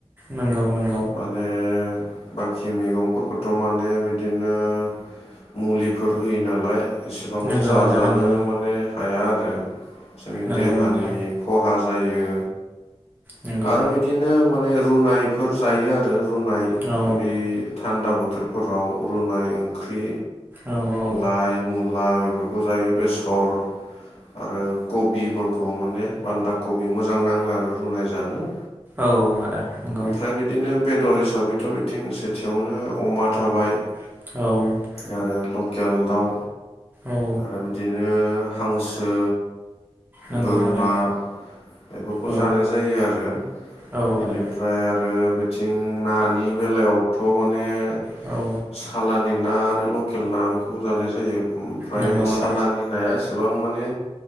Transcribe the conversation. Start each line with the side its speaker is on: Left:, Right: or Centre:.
Right: नंगौ नंगौ।
Left: माने बाखि मैगंफोरखौथ' माने बिदिनो मुलिफोर होयो नालाय। एसेबां
Right: नंगौ
Left: जाजानो
Right: आदा नंगौ
Left: माने हाया आरो जोंनि
Right: नंगौ
Left: देहानि
Right: नंगौ
Left: खहा जाओ
Right: नंगौ
Left: आरो बिदिनो माने रुनायफोर जायो आरो रुनाय
Right: औ
Left: बे थान्दा बोथोरफोराव रुनाय ओंख्रि
Right: औ औ
Left: लाइ मुला बेफोरखौ जायो बेसर आरो कबिफोरखौ माने बान्दा कबि मोजां नाङो आरो रुनाय जानो।
Right: औ आदा नंगौ।
Left: ओमफ्राय बिदिनो बेदर हिसाबैथ' बिथिं सेथियावनो अमा थाबाय
Right: औ
Left: आरो लकेल दाउ
Right: औ
Left: आरो बिदिनो हांसो
Right: नंगौ
Left: बोरमा
Right: आदा
Left: बेफोरखौ
Right: औ
Left: जानाय जायो आरो
Right: औ आदा
Left: इनिफ्राय आ आरो बिथिं नानि बेलायावथ' माने
Right: औ
Left: सालानि ना आरो लकेल ना बेखौबो जानाय जायो ओमफ्राय
Right: नंगौ
Left: सालानि
Right: आदा
Left: नाया एसेबां माने